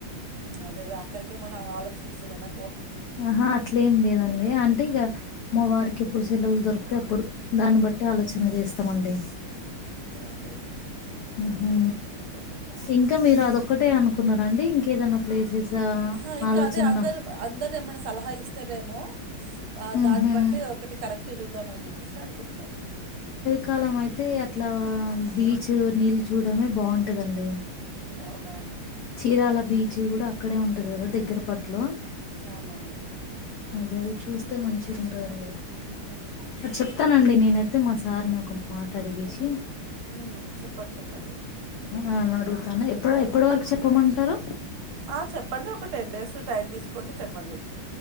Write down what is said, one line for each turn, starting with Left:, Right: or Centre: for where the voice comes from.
Right: అదే అదే అక్కడికేమన ఆలోచిస్తున్నర
Left: ఆహా అట్లేం లేదండి అంటే ఇగా మా వారికి ఎప్పుడు సెలవులు దొరికితే అప్పుడు దాన్ని బట్టి ఆలోచన చేస్తామండి
Right: అంతేనండి ఉమ్
Left: హ
Right: అదే అంటున్నా
Left: ఇంకా మీరు అదొక్కటే అనుకున్నారండి ఇంకేదైనా ప్లేసెస్ ఆహ్,
Right: ఆ ఇంకా
Left: ఆలోచనలో
Right: అదే అందరు అందరు ఏమైన్నా సలహా ఇస్తారేమో ఆ
Left: హుహు.
Right: దాన్ని బట్టి ఒకటి కరెక్ట్ చూద్దాం అని చెప్పేసి అనుకుంటున్నాం
Left: కాలం అయితే అట్లా బీచ్ నీళ్ళు చూడమే బాగుంటదండి
Right: అవునవును
Left: చీఆల బీచ్లు కూడా అక్కడే ఉంటది కదా దగ్గర పట్లో
Right: అవునవును
Left: అదే అది చూస్తే మంచిగా ఉంటుందండి
Right: ఉమ్
Left: మరి
Right: మంచిగుంటది
Left: చెప్తానండి నేనైతే మా సార్ ని ఒక మాట అడిగేసి
Right: ఉమ్ చెప్పండి చెప్పండి ఉమ్,
Left: ఆ అడుగుతాను ఎప్పుడ ఎప్పటి వరకు చెప్పమంటారు
Right: ఆ చెప్పండి ఒక టెన్ డేస్ లో టైమ్ తీసుకోండి చెప్పండి